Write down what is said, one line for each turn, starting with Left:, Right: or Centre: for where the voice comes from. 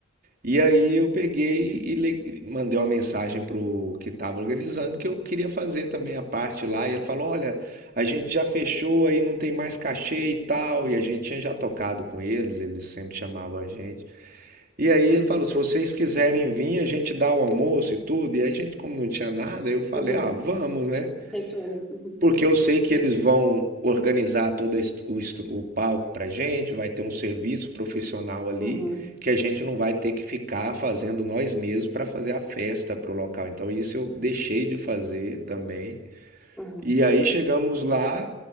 Right: E aí eu peguei e le- mandei uma mensagem pro que estava organizando que eu queria fazer também a parte lá. E ele falou: Olha, a gente já fechou aí, não tem mais cachê e tal. E a gente tinha já tocado com eles, eles sempre chamavam a gente. E aí ele falou: se vocês quiserem vir, a gente dá o almoço e tudo. E aí a gente, como não tinha nada, eu falei:
Centre: uhum,
Right: ah, vamos, né?
Centre: aceitona. Uhum,
Right: Porque eu sei que eles vão organizar todo est- o, estru- o palco pra gente, vai ter um serviço profissional ali,
Centre: uhum,
Right: que a gente não vai ter que ficar fazendo nós mesmos para fazer a festa pro local. Então isso eu deixei de fazer também.
Centre: uhum,
Right: E aí chegamos lá,